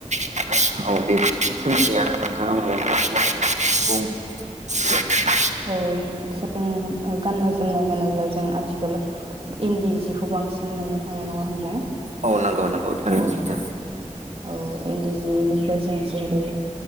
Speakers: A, on the right; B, on the right.
A: औ बेफोरनि सोमोन्दैयानो नों <unintelligible> <unintelligible>
B: जों गाननाय जोमनाय होनोब्ला जों आथिखालाव इन्दि जिखौ बांसिन मोननो थाङो नङा होनब्ला
A: औ नंगौ नंगौ थारैनो
B: औ।
A: सैथो
B: औ इन्दि जिनिफ्राय जों जेरै